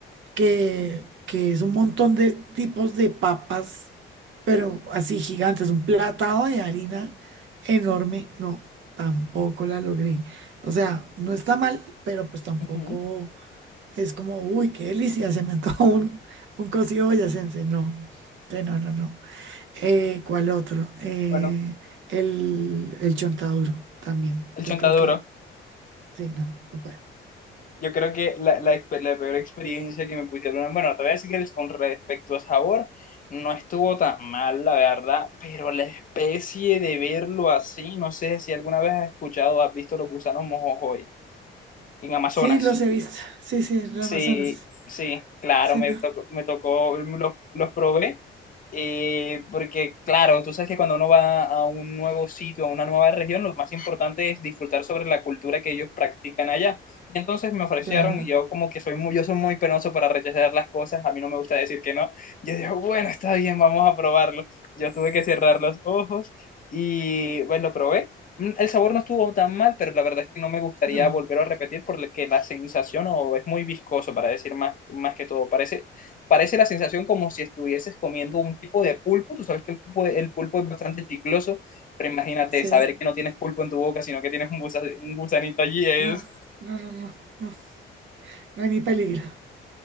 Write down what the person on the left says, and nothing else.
Ujú.
Bueno,
el
chontaduro.
Yo creo que la, la, expe- la peor experiencia que me pusieron, bueno, te voy a decir que el- con respecto a sabor, no estuvo tan mal, la verdad, pero la especie de verlo así, no sé si alguna vez has escuchado, has visto los gusanos mojojoy en Amazonas.
Sí,
sí, claro,
me
tocó, me tocó, mm, los, los probé, eh, porque claro, tú sabes que cuando uno va a un nuevo sitio, a una nueva región, lo más importante es disfrutar sobre la cultura que ellos practican allá. Y entonces me ofrecieron
y yo como que soy muy, yo soy muy penoso para rechazar las cosas, a mí no me gusta decir que no. Yo digo, bueno, está bien, vamos a probarlo. Yo tuve que cerrar los ojos y pues lo probé mm, El sabor no estuvo tan mal, pero la verdad es que no me gustaría
volver a repetir porque la sensación o es muy viscoso, para decir más, más que todo. Parece, parece la sensación como si estuvieses comiendo un tipo de pulpo. Tú sabes que el pulpo, el pulpo es bastante chicloso, pero imagínate
saber que no tienes pulpo en tu boca, sino que tienes un, gusa- un gusanito allí es,